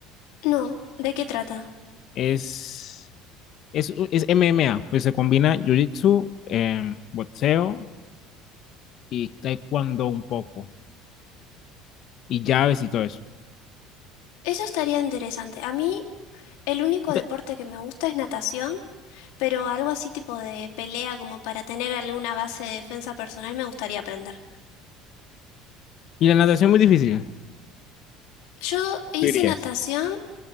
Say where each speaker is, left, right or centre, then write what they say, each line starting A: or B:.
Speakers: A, on the left; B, on the left.
A: no. ¿De qué trata?
B: Es, es, es MMA, pues se combina jiu-jitsu, eh, boxeo y taekwondo un poco, y llaves y todo eso.
A: Eso estaría interesante. A mí, el único
B: Nunca-
A: deporte que me gusta es natación, pero algo así tipo de pelea, como para tener alguna base de defensa personal, me gustaría aprender.
B: Y la natación es muy difícil,
A: Yo hice
B: tú dirías.
A: natación